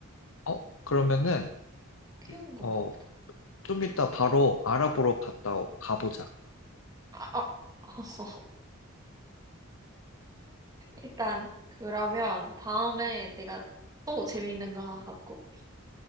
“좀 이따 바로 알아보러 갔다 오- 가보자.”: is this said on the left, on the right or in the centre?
Left